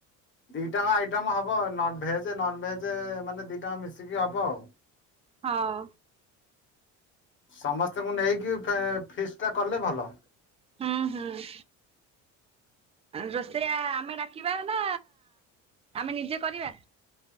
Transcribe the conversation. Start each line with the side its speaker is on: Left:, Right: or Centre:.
Left: ଦିଇ ଟାଙ୍କ ଆଇଟମ ହବ। ଭେଜ ନନ ଭେଜ ମାନେ ଦି ଟାଙ୍କ ମିଶିକି ହବ ଆଉ।
Right: ହଁ।
Left: ସମସ୍ତଙ୍କୁ ନେଇକି ଫିସ୍ଟା କଲେ ଭଲ।
Right: ହୁଁ ହୁଁ। ରୋଷେଇଆ ଆମେ ଡାକିବା ନା ଆମେ ନିଜେ କରିବା।